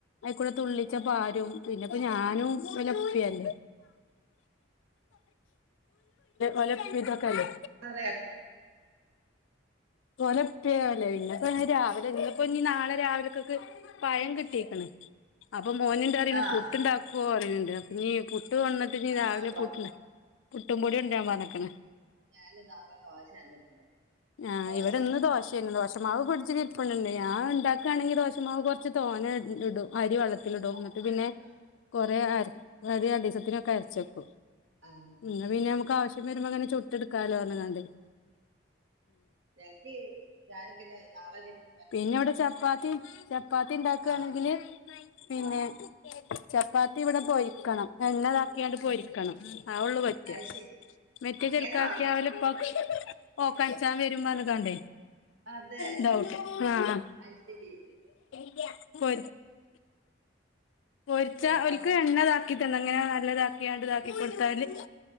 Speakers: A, on the left (about 80°); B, on the right (about 75°).
A: അയിക്കൂടെ തുള്ളിച്ച പാരും പിന്നെപ്പ ഞാനും വലപ്പിയല്ലേ. ഓലപ്പിതൊക്കല്ലെ?
B: അതെ
A: ഓലപ്പി അല്ലേ പിന്നെ രാവിലെ ഇന്ന് ഇനി നാളെ രാവിലെക്കൊക് പയം കിട്ടീക്കണ്. അപ്പൊ മോനണ്ടറീണു
B: ആഹ്
A: പുട്ട്ണ്ടാക്കുവോ റീണ് ണ്ട് അപ്പൊന്നീ പുട്ട് പുട്ട്
B: ആഹ്
A: രാവിലെ പുട്ട്ണ്ട് പുട്ടും പൊടി കൊണ്ടരാൻ പറഞ്ഞക്കണ്
B: ഞാന് നാളെ ദോശയാണ് ചുട്ണത്
A: ആ
B: ദോഷയും
A: ഇവിടെ ഇന്ന് ദോശേന്നു ദോശമാവ് ഫ്രഡ്ജിൽ ഇരിപ്പുണ്ട് ഞാൻ ഉണ്ടാക്കുകയാണെങ്കിൽ
B: ഉം,
A: ദോശമാവ് കൊറച്ച് തോനെ ഇടും അരി വള്ള <unintelligible>
B: ആ,
A: ന്നിട്ട് പിന്നെ
B: അരി ആഹ്
A: കൊറെ അര
B: ആഹ്
A: ഒരു രണ്ടീസത്തിനൊക്കെ അരച്ചെക്കും.
B: ആഹ്
A: ന്നാ പിന്നെ നമുക്ക് ആവശ്യം വരുമ്പോ ങ്ങനെ ചുട്ട്ട്ക്കാലോന്ന് പറ്ഞ്ങ്ങാൻണ്ട്.
B: ഞാങ്‌കെ <unintelligible> യ് ഞാനും പിന്നെ നാളെ ന്ന
A: പിന്നെ ഇവിടെ ചപ്പാത്തിമം ചപ്പാത്തി ണ്ടാക്കണെങ്കില്
B: ആഹ്
A: പിന്നെ
B: ആഹ്
A: ചപ്പാത്തി ഇവിടെ പൊരിക്കണം, എണ്ണതാക്കിയാണ്ട് പൊരിക്കണം ആ ഉള്ളു പ റ്റ
B: അത് ശരി
A: മെറ്റെ
B: അങ്ങനെ
A: ചെൽക്കാക്കിയാ
B: ആണോ
A: ഒലെ ഇപ്പാക്ക് ഓക്കാൻച്ചാൻ വെരും അറിഞ്ക്കാണ്ടേ.
B: അതെ
A: ഇതാ ഓക്കെ ആഹ്
B: അയ്ശരി
A: <inaudible> പ പോ പൊരിച്ചാ....
B: ചപ്പാത്തി
A: ഒൽക്
B: ന്ന്-
A: എണ്ണതാക്കിട്ട് ങ്ങനെ നല്ലതാക്കിയാണ്ട് ഇതാക്കി കൊടുത്താല്